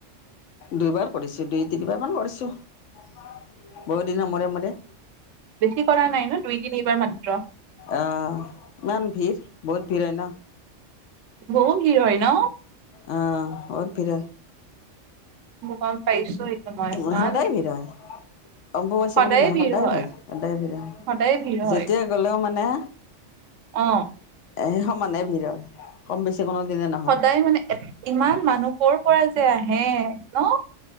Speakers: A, on the left; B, on the right.
A: দুবাৰ কৰিছো দুই তিনিবাৰ মান কৰিছো বহুত দিনৰ মূৰে মূৰে
B: বেছি কৰা নাই ন দুই তিনিবাৰ মাত্ৰ
A: আহ ইমান ভিৰ বহুত ভিৰ হয় ন
B: বহু ভিৰ হয় ন।
A: আহ বহুত ভিৰ
B: মই গম পাইছো সেইটো মই
A: হয়
B: ইমান
A: সদায় ভিৰ হয় অম্বুবাচি
B: সদায়ে
A: বুলি নহয় সদায়
B: হয়
A: ভিৰ সদায় ভিৰ হয়
B: সদায়ে ভিৰ
A: যেতিয়াই
B: হয়
A: গলেও মানে
B: অ
A: এ মানে ভিৰ হয় কম বেছি। কোনো দিনে নহয়
B: সদায় মানে ইমান মানুহ ক'ৰ পৰা চ <unintelligible> হে ন